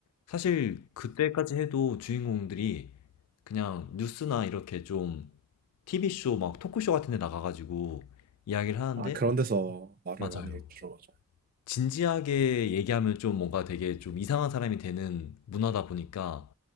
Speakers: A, on the left; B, on the right.
A: 사실 그때까지 해도 주인공들이 그냥 뉴스나 이렇게 좀 TV쇼 막 토크쇼 같은 데 나가가지고 이야기를 하는데
B: 아, 그런 데서 말을
A: 맞아요.
B: 많이 들어가죠.
A: 진지하게 얘기하면 좀 뭔가 되게 좀 이상한 사람이 되는 문화다 보니까